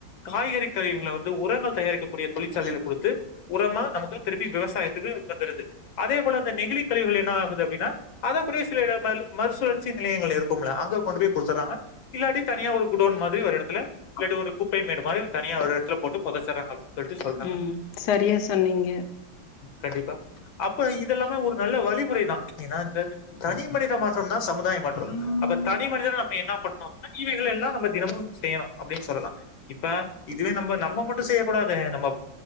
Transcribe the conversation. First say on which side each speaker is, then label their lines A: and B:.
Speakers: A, on the left; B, on the left.
A: காய்கறி கருவிகளை வந்து உரங்கள் தயாரிக்கக்கூடிய தொழிற்சாலை கொடுத்து உரமா நமக்கு திருப் விவசாயத்துக்கு வந்துடுது அதே போல அந்த நெகிலி கழிவுகள் என்ன ஆகுது அப்டினா அதக்கூட சில இடங்கள மறுசுலற்சி நிலையங்கள் இருக்கும்ல அங்க கொண்டுபோய் கொடுத்தரங்க இல்லாட்டி தனியா ஒரு குடோன் மாதிரி ஒரு எடத்துல <unintelligible> குப்பையு எடுப்ப அத தனியா ஒரு எடத்துல போட்டு போதச்சராங்க அப்டி சொல்லிட்டு சொல்றாங்க
B: ம் சரியா சொன்னீங்க
A: கண்டிப்பா அப்ப இது எல்லாமே ஒரு நல்ல வழிமுறை தான் ஏன்னா தனி மனித மாற்றம் தான் சமுதாய மாற்றம் அப்ப தனி மனித நம்ம என்ன பண்ணனும் அப்படின்னா இவைகள் எல்லாம் நம்ம தினமும் செய்யணும் அப்படின்னு சொல்லலாம் இப்ப இதுவே நம்ம நம்ம மட்டும் செய்ய கூடாது நம்ம